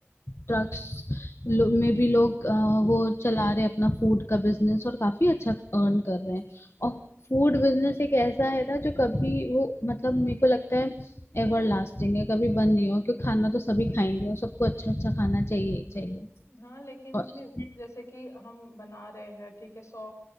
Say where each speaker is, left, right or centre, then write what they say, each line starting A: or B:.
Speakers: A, on the left; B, on the left.
A: ट्रक्स में भी लोग अ, वो चला रहे हैं अपना फूड का बिजनेस और काफी अच्छा अर्न कर रहे हैं और फूड बिजनेस एक ऐसा है ना जो कभी वो मतलब मेरे को लगता है एवर लास्टिंग है कभी बंद नहीं हो क्योंकि खाना तो सभी खाएंगे और सबको अच्छा अच्छा खाना चाहिए ही चाहिए
B: हाँ, लेकिन
A: और
B: उसमें
A: इसमें
B: जैसे कि हम बना रहे हैं ठीक है 100